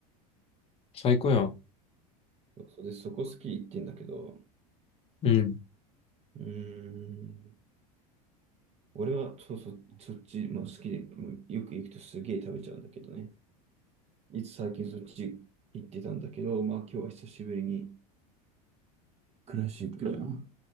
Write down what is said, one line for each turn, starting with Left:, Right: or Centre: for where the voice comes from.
Left: 最高やん
Right: そうそうで、そこ好き行ってんだけど、
Left: うん。
Right: うーん、俺はそうそう、そっちも好きで、うんよく行くとすげえ食べちゃうんだけどね。いつ最近そっち行ってたんだけど、まあ今日は久しぶりにクラシックだな。